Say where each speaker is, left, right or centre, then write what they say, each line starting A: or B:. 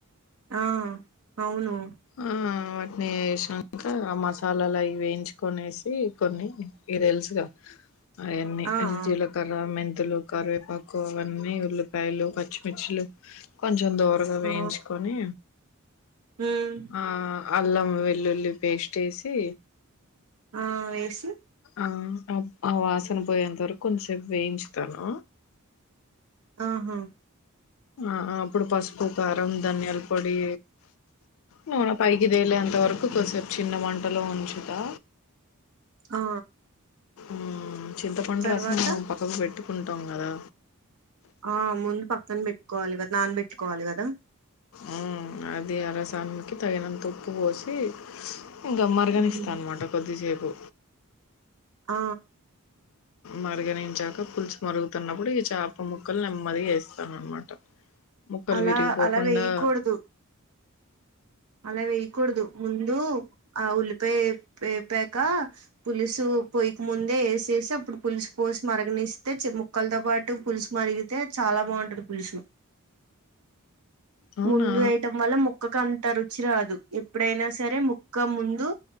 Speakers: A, on the right; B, on the left.
A: ఆ అవును
B: ఆ వాటిని ఏశాంక ఆ మసాలాల ఇవి వేయించుకనేసి కొన్ని ఈ తెల్స్ గా అయాన్నీ
A: ఆ
B: అ
A: ఆ
B: జీలకర్ర మెన్ మెంతులు కరివేపాకు అవన్నీ ఉల్లిపాయలు పచ్చిమిర్చిలు కొన్నీ కొంచెం దోరగా
A: ఆ
B: వేయించుకొని
A: ఉమ్
B: ఆ అల్లం వెల్లుల్లి పేస్ట్ వేసి
A: ఆ వేసీ
B: ఆ ఆ వాసన పోయేంత వరకు కొంచంసేపు వేయించుతాను
A: ఆహా
B: ఆహా అప్పుడు పసుపు కారం దన్యాల పొడి నూనె పైకి తేలేంత వరకు కొసేపు చిన్న వంటలో ఉంచుతా
A: ఆ
B: ఆ చింతపండు
A: తర్వాత
B: రసం మనం పక్కకు పెట్టుకుంటాం కదా
A: ఆ ముందు పక్కన పెట్టుకోవాలి కదా నాన పెట్టుకోవాలి కదా
B: ఆ అది ఆ రసానకి తగినంత ఉప్పు పోసి ఇంగా మరగనిస్తా
A: ఉమ్
B: అన్నమాట కొద్దిసేపు
A: ఆ
B: మరిగనించాక పులుసు మరుగుతున్నప్పుడు ఇగ చాప ముక్కలు నెమ్మదిగా ఏస్తాననమాట ముక్కలు
A: అలా
B: విరిగిపోకుండా
A: అలా వేయకూడదు అలా వేయకూడదు ముందు ఆ ఉల్ పే ఏపక పులుసు పొయక ముందే ఏసేసి అప్పుడు పులుసు పోసి మరగ నిస్తే చి ముక్కలతో పాటు పులుసు మరిగితే చాలా బాగుంటది పులుసు
B: అవునా?
A: ముందు వేయటం వల్ల ముక్కకు అ త రుచి రాదు ఎప్పుడైనా సరే ముక్క ముందు